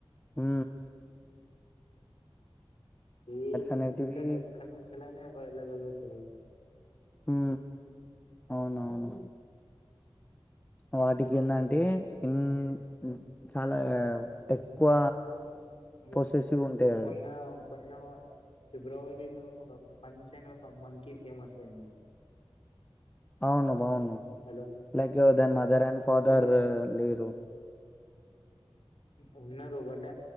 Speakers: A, on the left (about 15°); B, on the left (about 65°).
A: హ్ హు
B: ఈ
A: అనేటివి
B: ఇక్కడ ఎక్కడ నుంచెల్లి అయినా ఎల్ వెల్ల గలుగుతాయి
A: హు అవునవును వాటికి ఏన్నంటే అంటే ఇ చాలా ఎక్కువ
B: మ
A: పొసెసివ్ ఉంటాయి అవి
B: మొన్నా పోయిన ఫిబ్రవరిలో ఒక పంచన ఒక మంకీ ఫేమస్ అయింది
A: అవును బాగున్నాం
B: హలో
A: లైక్
B: ఆ,
A: దన్ మదర్ అండ్ ఫాదర్
B: అది
A: లేరు
B: ఉన్నారు బట్